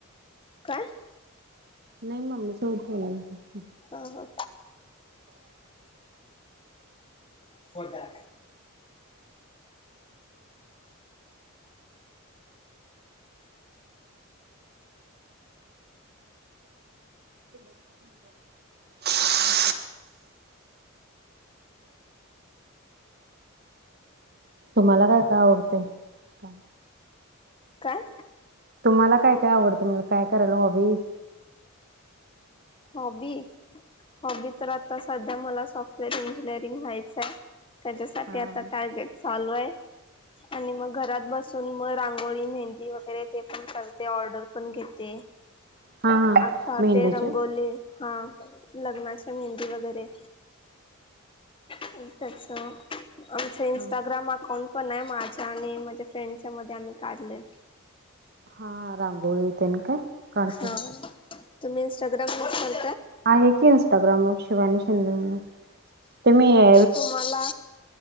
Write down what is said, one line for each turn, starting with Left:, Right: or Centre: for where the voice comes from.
Left: काय?
Right: नाही मम्मी सोबत बोलालतो.
Left: हा हा स्वर्गात
Right: <unintelligible> तुम्हाला काय काय आवडतंय काय?
Left: काय
Right: तुम्हाला काय काय आवडत म्हणलं, काय करायला हॉबीज्?
Left: हॉबी? हॉबी तर आता सध्या मला सॉफ्टवेअर इंजिनिअरिंग व्हायचंय. त्याच्यासाठी
Right: हा
Left: आता टार्गेट चालू आहे, आणि मग घरात बसून मग रांगोळी, मेहंदी वगैरे ते पण करते ऑर्डर पण घेते.
Right: हा हा
Left: आता
Right: मेहंदीचे
Left: ते रंगोली
Right: हा
Left: हा लग्नाच्या मेहंदी वगैरे. इंस्टाचं, आमचं इंस्टाग्राम
Right: हा
Left: अकाउंट पण आहे माझ्या आणि माझ्या फ्रेंडच्या मध्ये आम्ही काढलंय.
Right: हां रांगोळी तेन काय? काढते.
Left: हा, तुम्ही इंस्टाग्राम वर <unintelligible>
Right: आहे की इन्स्टाग्रामवर शिवानी शिंदे म्हणून, ते मी अ
Left: तुम्हाला